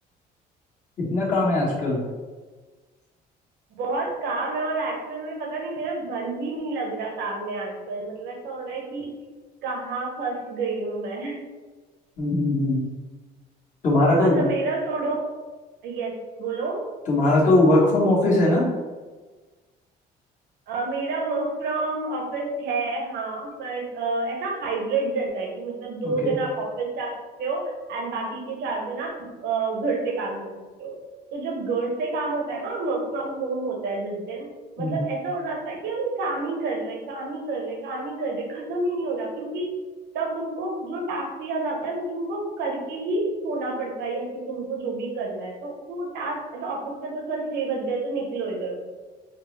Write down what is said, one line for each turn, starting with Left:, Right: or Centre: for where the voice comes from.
Left: इतना काम है आजकल
Right: बहुत काम है और एक्चुअल में पता नहीं मेरा मन भी नहीं लग रहा काम में आजकल मतलब ऐसा हो रहा है कि कहाँ फंस गई हूँ मैं
Left: हम्म हम्म, हम्म। तुम्हारा
Right: <laughs>
Left: तो
Right: अच्छा मेरा छोड़ो यस बोलो
Left: तुम्हारा तो वर्क फ्रॉम ऑफिस है ना
Right: अ, मेरा वर्क फ्रॉम ऑफिस है हाँ पर अ, ऐसा हाइब्रिड जैसा है कि मतलब
Left: ओके
Right: दो दिन आप ऑफिस जा सकते हो एंड बाकी के चार दिन आप अ, घर से काम कर सकते हो तो जब घर से काम होता है ना वर्क फ्रॉम होम होता है जिस दिन
Left: हम्म,
Right: मतलब ऐसा हो जाता है कि हम काम ही कर रहे काम ही कर रहे काम ही कर रहे खत्म ही नहीं हो रहा क्योंकि तब तुमको जो टास्क दिया जाता है वो तुमको करके ही सोना पड़ता है या फिर तुमको जो भी करना है तो वो टास्क ऐसा ऑफिस में तो चल छह बज गए तो निकलो इधर से